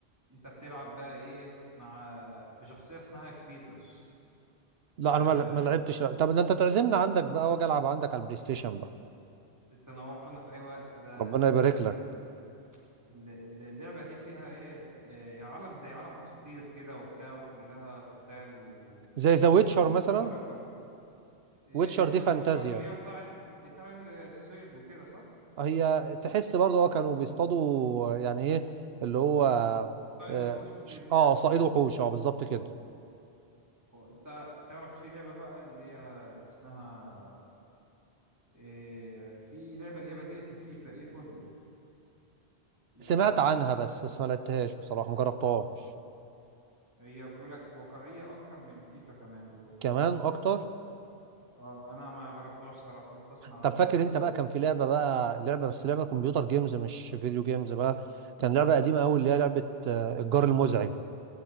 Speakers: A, on the right; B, on the right.
A: انت بتلعب بقى ايه مع بشخصية اسمها كريتوس
B: لا
A: آه،
B: أنا ما ما لعبتش طب ده أنت تعزمنا عندك بقى وأجي ألعب عندك على البلاي ستيشن بقى
A: تتنورنا في اي وقت ده
B: ربنا
A: في
B: يبارك
A: ده دي
B: لك
A: ال- ال- اللعبة دي فيها ايه آه، عالم زي عالم اساطير كده وبتاع وكلها قتال و
B: زي ذا ويتشر
A: وقوة
B: مثلا
A: خارقة إيه،
B: ويتشر
A: ذا
B: دي فانتازيا
A: ويتشر اللي هي بتاع ال- بتاع الصيد وكده صح؟
B: هي تحس برضه هو كانوا بيصطادوا يعني إيه اللي هو
A: صيد
B: آه
A: وحوش وكده
B: ش- آه صائد وحوش أه بالظبط كده
A: وانت تعرف في لعبة بقى اللي هي اسمها إيه في لعبة اللي هي بديلة الفيفا ايه فوتبول لعبتها
B: سمعت عنها بس بس ما لعبتهاش بصراحة ما جربتهاش
A: هي بيقول لك واقعية اكتر من فيفا كمان بيقول
B: كمان اكتر
A: اه انا ما جربتهاش صراحة بس اسمع
B: طب
A: عنها
B: فاكر انت بقى كان في لعبة بقى لعبة بس لعبة كمبيوتر جيمز مش فيديو جيمز بقى كان لعبة قديمة قوي اللي هي لعبة آه، الجار المزعج